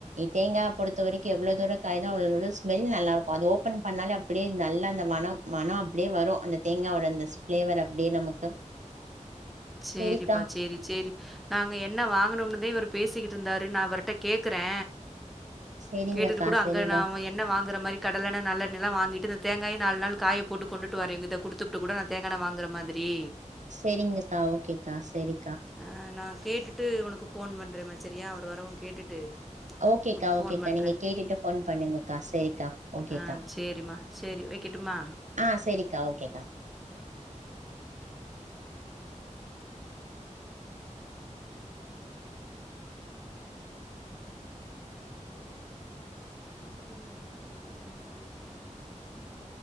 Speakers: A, on the right; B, in the centre.
A: தேங்கா பொறுத்த வரைக்கு எவ்வள தூரோ காயுதோ அவள <unintelligible> ஸ்மெல் நல்லா இருக்கு அது ஓப்பன் பண்ணாலே அப்டியே நல்லா அந்த மனோ மனோ அப்டியே வரு அந்த தேங்காவோட அந்த ஃபிளேவர் அப்டியே நமக்கு
B: சேரிப்பா
A: செரிக்கா
B: சேரி சேரி நாங்க என்ன வாங்கனும்னுதே இவர் பேசிக்கிட் இருந்தாரு நா அவர்ட்ட கேக்குறே
A: செரிங்கக்கா
B: கேட்டது கூட
A: செரிங்க
B: அங்க நா எண்ண வாங்குற மாரி கடலெண்ண நல்லெண்ணெல்லா வாங்கிட்டு ந்தேங் காய் நால்நாள் காயப்போட்டு கொண்டுட்டு வரேங்குது குடுத்துப்ட்டு கூட நா தேங்காண்ண வாங்குற மாதிரி
A: சேரிங்கக்கா ஓகேக்கா சரி
B: அ நா கேட்டுட்டு ஒனக்கு ஃபோன் பண்றே மதி சரியா அவர் வரவு கேட்டுட்டு
A: ஓகேக்கா
B: உனக்கு ஃபோன்
A: ஓகேக்கா
B: பண்றேன்.
A: நீங்க கேட்டுட்டு ஃபோன் பண்ணுங்கக்கா சேரிக்கா ஓகேக்கா
B: ஆ சரிம்மா. சரி வைக்கட்டுமா?
A: அ செரிக்கா ஓகேக்கா
B: <inaudible>